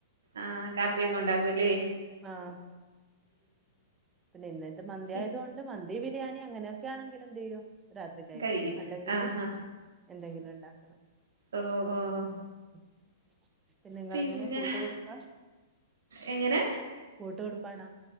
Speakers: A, on the right (about 80°); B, on the right (about 20°).
A: ആഹ് കാപ്പിയൊക്കെ ഉണ്ടാക്കൂല്ലെ.
B: ആഹ് പിന്നെ ഇന്ന് ത് മന്തി
A: പിന്നെ
B: ആയത് കൊണ്ട് മന്തി ബിരിയാണി അങ്ങനെ. ക്കാണെങ്കില് എന്ത് ചെയ്യും രാത്രി കഴിക്കും
A: കഴിയും
B: അല്ലെങ്കില്
A: ആഹ് ആഹ്
B: എന്തെങ്കിലുണ്ടാക്കണം.
A: ഓഹ് ഓഹ് ഒ
B: <inaudible> നിങ്ങളെങ്ങനെ
A: പിന്നെ,
B: കൂട്ടുകുടുംബ
A: എങ്ങനെ?
B: കൂട്ടു കുടുംബാണോ?